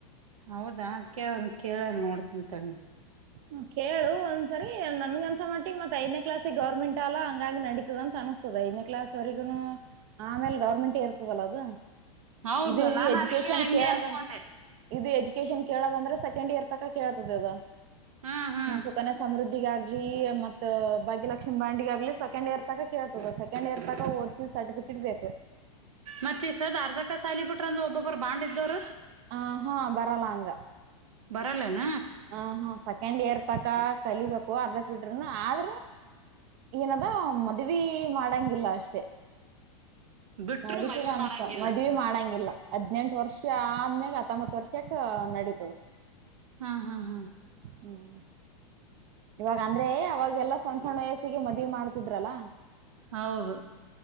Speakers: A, on the right; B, on the right.
A: ಹೌದಾ ಅದ್ಕ್ಕೆ ಅವ್ರನ್ನ ಕೇಳರು ನೋಡಿತೀನಿ ತಡಿ
B: ಹ ಕೇಳು ಒಂದ್ಸರಿ ನನ್ಗ ಅನ್ಸ ಮಟ್ಟಿ ಮತ್ ಐದನೇ ಕ್ಲಾಸಿಗೆ ಗವರ್ಮೆಂಟ್ ಅಲ್ಲ ಹಂಗಂಗ ನಡೀತದ ಅಂತ ಅನಿಸಸ್ತದ ಐದನೇ ಕ್ಲಾಸ್ ವರೆಗೂನು ಆಮೇಲೆ ಗವರ್ಮೆಂಟ್ ಇರುತ್ತದೆ ಇತವಲ್ಲ ಅದ
A: ಹೌದು
B: ಇದು
A: ನಾನು
B: ಎಜುಕೇಶನ್
A: ಅದಕ್ಕೆ ಹಂಗೆ
B: ಕೇಳದಂತ
A: ಅನ್ಕೊಂಡೆ
B: ಇದು ಎಜುಕೇಶನ್ ಕೇಳೋದಂದ್ರೆ ಸೆಕೆಂಡ್ ಇಯರ್ ತಕ ಕೇಳ್ತದ ಅದು
A: ಹ್ಮ್ ಹ್ಮ್
B: ಸುಕನ ಸಮೃದ್ಧಿಗ ಆಗ್ಲಿ ಮತ್ತ ಭಾಗ್ಯಲಕ್ಷ್ಮಿ ಬಾಂಡಗ ಆಾಗಗ್ಲಿ ಇ ಸೆಕೆಂಡ್ ಇಯರ್ ತ ಕೇಳ್ತದ ಸೆಕೆಂಡ್ ಇಯರ್ ತ ಓದಸಿ ಸರ್ಟಫಿಕೇಟ್ ಬೇಕು
A: ಮತ್ತೆ ಸದ ಅರ್ಧ ಕ ಸಾಲ ಬಿಟ್ರ ಅಂದ ಒಬೊಬ್ರು ಬಾಂಡ್ ದರ
B: ಹ ಹಾ ಬರಲ್ಲ ಹಂಗ
A: ಬರಲ್ಲನ
B: ಹ ಹಾ ಸೆಕೆಂಡ್ ಇಯರ್ ತಕ ಕಲಿಬೇಕು ಅರ್ಧ ಫಿಟ್ರನು ಆದ್ರ ಏನದ ಮದುವಿ ಮಾಡಂಗಿಲ್ಲ ಅಷ್ಟೆ
A: ಬಿಟ್ರು
B: ನಡೀತದ
A: ಮದ್ವಿ
B: ಅನ್ಸ್ತ
A: ಮಾಡಂಗಿಲ್ಲ
B: ಮದ್ವಿ ಮಾಡಂಗಿಲ್ಲ ಹದ್ನೆಂಟು ವರ್ಷ ಒ ಮ್ಯಾಗ ಹತ್ತೊಂಬ ವರ್ಷಕ್ಕೆ ನಡೀತವೆ
A: ಹಾ ಹಾ ಹಾ
B: ಹ್ಮ್ ಇವಾಗ ಅಂದ್ರೆ ಅವಾಗೆಲ್ಲಾ ಸಣ್ಣ ಸಣ್ಣ ವಯಸ್ಸೀ ಗೆ ಮದವೆ ಮಾಡ್ತಿದ್ರಲ್ಲ
A: ಹೌದು